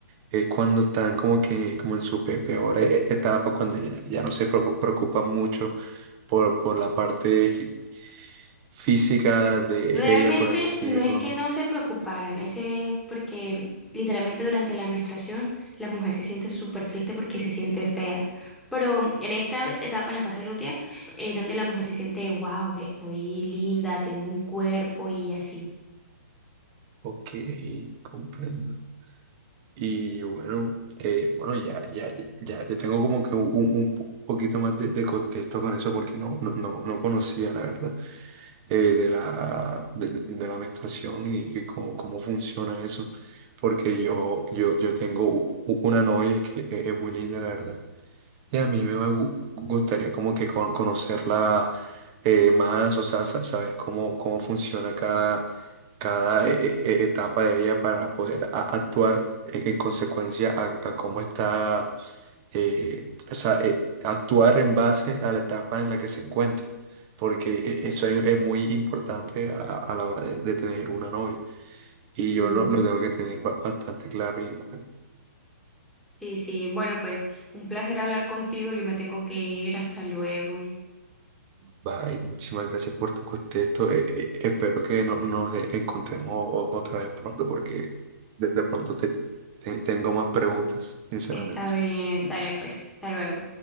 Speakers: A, on the right; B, in the centre.
A: es cuando están como que, como en su pe- peor e- e-, etapa, cuando ya, ya no se pro- preocupan mucho por, por la parte fí- física de
B: Realmente
A: ella, por así
B: no
A: decirlo.
B: es que no se preocuparan, ese es porque literalmente durante la menstruación la mujer se siente súper triste porque se siente fea. Pero en esta etapa, en la fase lútea, es donde la mujer se siente, wow, que estoy linda, tengo un cuerpo y así.
A: Ok, comprendo. Y bueno, eh, bueno, ya, ya, ya, ya tengo como que un, un po- poquito más de, de contexto con eso, porque no, no, no, no conocía, la verdad. eh, de la, de, de la menstruación y que cómo, cómo funciona eso. Porque yo, yo, yo tengo u- una novia que e- es muy linda, la verdad. Y a mí me gu- gustaría como que con- conocerla eh, más, o sea, sa- saber cómo, cómo funciona cada, cada e- e- e, etapa de ella para poder a- actuar en, en consecuencia a, a cómo está eh, o sea, eh, actuar en base a la etapa en la que se encuentra, porque e- eso es, es muy importante a, a la hora de, de tener una novia. Y
B: Mm,
A: yo lo, lo tengo que tener ba- bastante claro y en cuenta.
B: Sí, sí. Bueno, pues un placer hablar contigo. Yo me tengo que ir. Hasta luego.
A: Bye, muchísimas gracias por tu contexto. eh, eh, espero que no, nos e- encontremos o- otra vez pronto, porque de, de pronto te, te- tengo más preguntas, sinceramente.
B: Está bien, dale pues, hasta luego.